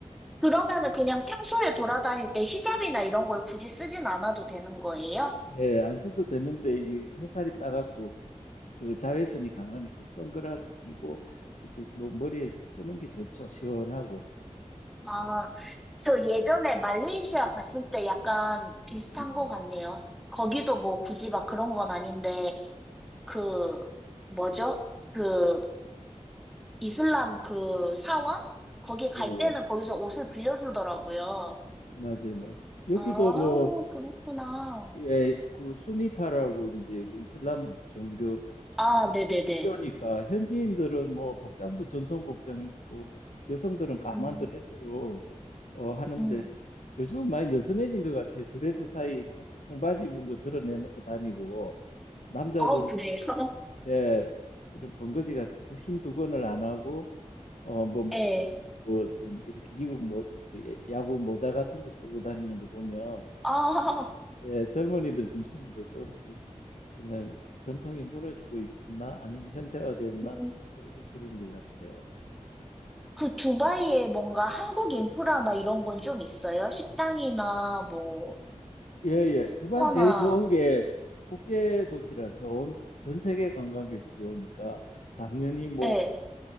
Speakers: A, in the centre; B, on the left (about 85°).
A: 그러면은 그냥 평소에 돌아다닐 때 히잡이나 이런 걸 굳이 쓰진 않아도 되는 거예요?
B: 예, 안 써도 되는데 이 햇살이 따갑고 그 자외선이 강하니까 선글라스 끼고 이렇게 뭐 머리에 쓰는 게 좋죠. 시원하고.
A: 아, 저 예전에 말레이시아 갔을 때 약간 비슷한
B: 네.
A: 거 같네요. 거기도 뭐 굳이 막 그런 건 아닌데, 그, 뭐죠? 그, 이슬람 그 사원? 거기 갈
B: 예, 예.
A: 때는 거기서 옷을 빌려주더라고요.
B: 맞아요, 맞아요. 여기도
A: 아,
B: 뭐
A: 그렇구나.
B: 예, 그 수니파라고 이제 그 이슬람 종교
A: 아, 네네네.
B: 학교니까 현지인들은 뭐 복장도 전통 복장 있고 여성들은 까만
A: 음,
B: 드레스로 어, 하는데
A: 음.
B: 요즘은 많이 느슨해진 것 같아요. 드레스 사이에 청, 청바지 입은 거 드러내놓고 다니고 남자들도
A: 아, 그래요? <laughs>
B: 예 이런 번거지 같은 또 흰 두건을 안 하고 어 뭐
A: 예.
B: 무슨 이렇게 미국 모, 그 야구 모자 같은 거 쓰고 다니는 거 보면
A: 아,
B: 예 젊은이들 중심으로 조금씩 그냥 전통이 무너지고 있나 아니면 현대화되었나
A: 음.
B: 그런, 그런 것 같아요.
A: 그 두바이에 뭔가 한국 인프라나 이런 건 좀 있어요? 식당이나 뭐,
B: 예예.
A: 수퍼나
B: 두바이 제일 좋은 게 국제 도시라서 온, 전 세계 관광객들이 오니까 당연히 뭐
A: 예.